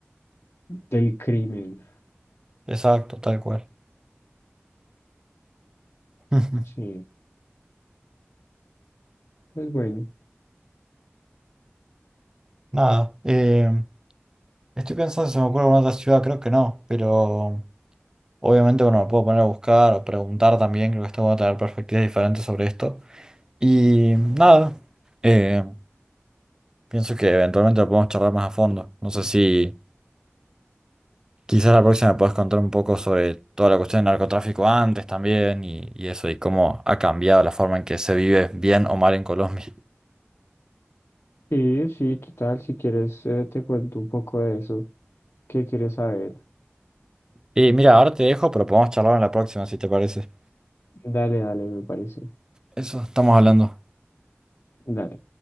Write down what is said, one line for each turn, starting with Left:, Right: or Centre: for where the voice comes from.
Left: del crimen.
Right: Exacto, tal cual. <laughs>
Left: Sí, es bueno.
Right: Nada, eh, estoy pensando si se me ocurre alguna otra ciudad, creo que no, pero obviamente, bueno, me puedo poner a buscar o preguntar también, creo que esto va a tener perspectivas diferentes sobre esto. Y nada, eh, pienso que eventualmente lo podemos charlar más a fondo. No sé si Quizás la próxima puedas contar un poco sobre toda la cuestión del narcotráfico antes también y, y eso, y cómo ha cambiado la forma en que se vive bien o mal en Colombia.
Left: Sí, sí, total. Si quieres, eh, te cuento un poco de eso. ¿Qué quieres saber?
Right: Y mira, ahora te dejo, pero podemos charlar en la próxima si te parece.
Left: Dale, dale, me parece.
Right: Eso, estamos hablando.
Left: Dale.